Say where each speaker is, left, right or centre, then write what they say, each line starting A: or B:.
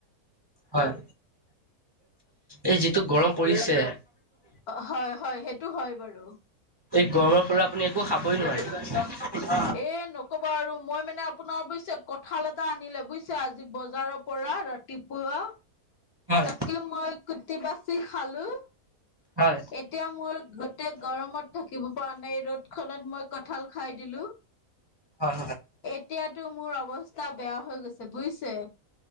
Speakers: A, on the right; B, on the left.
A: হয় এই যিটো গৰম পৰিছে
B: অ, হয়-হয় সেইটো হয় বাৰু।
A: এই গৰমৰ ফলত আপুনি একো খাবই নোৱাৰে।
B: এ নকবা আৰু মই মানে আপোনাৰ বুইছে কঁঠাল এটা আনিলে বুইছে আজি বজাৰৰ পৰা ৰা টিপুৱা
A: হয় হয়
B: তাকে মই কুটি বাচি খালো।
A: হয়।
B: এতিয়া মোৰ গোটেই গৰমত থাকিব পৰা নাই এই ৰ'দ খনত মই কঠাল খাই দিলো।
A: হয়
B: এতিয়াতো মোৰ অৱস্থা বেয়া হৈ গৈছে বুজিছে।